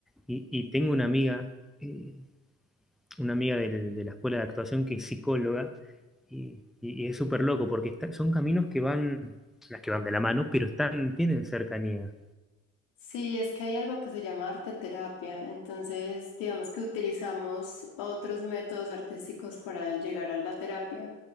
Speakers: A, in the centre; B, on the left.
A: y, y tengo una amiga eh, una amiga del- de la escuela de actuación que es psicóloga y, y- y es súper loco porque está- son caminos que van, las que van de la mano, pero están, tienen cercanía.
B: Sí, es que hay algo que se llama arte terapia, entonces digamos que utilizamos otros métodos artísticos para llegar a la terapia.